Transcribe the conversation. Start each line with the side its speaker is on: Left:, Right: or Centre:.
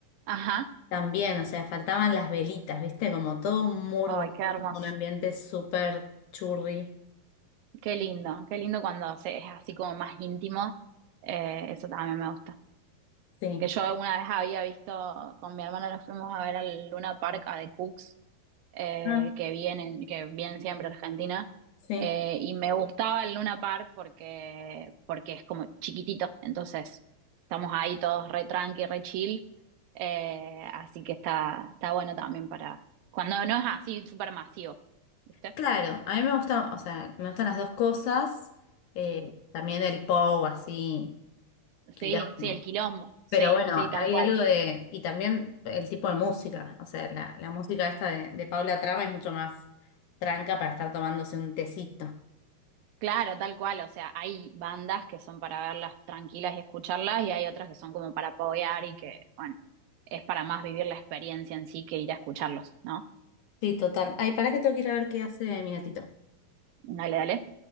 Right: Ajá.
Left: También, o sea, faltaban las velitas, ¿viste? Como todo muy
Right: Ay,
Left: romántico,
Right: qué hermoso.
Left: un ambiente súper churri.
Right: Qué lindo, qué lindo cuando se, es así como más íntimo. Eh, eso también me gusta.
Left: Sí.
Right: Que yo una vez había visto, con mi hermano los fuimos a ver al Luna Park de Cooks, eh,
Left: Ah,
Right: que vienen, que vienen siempre a Argentina.
Left: sí,
Right: Eh, y me gustaba el Luna Park porque, porque es como chiquitito. Entonces, estamos ahí todos re tranqui, re chill. Eh, así que está, está bueno también para cuando no es así súper masivo, ¿viste?
Left: claro, a mí me gusta, o sea, me gustan las dos cosas, eh, también el pop así, quilombo,
Right: Sí, sí, el quilombo, sí,
Left: pero bueno,
Right: sí, tal
Left: hay
Right: cual.
Left: algo de, y también el tipo de música, o sea, la, la música esta de, de Paula Traba es mucho más tranca para estar tomándose un tecito.
Right: Claro, tal cual. O sea, hay bandas que son para verlas tranquilas y escucharlas, y hay otras que son como para apoyar y que, bueno, es para más vivir la experiencia en sí que ir a escucharlos, ¿no?
Left: Sí, total. Ay, para que tengo que ir a ver qué hace mi gatito.
Right: Dale, dale.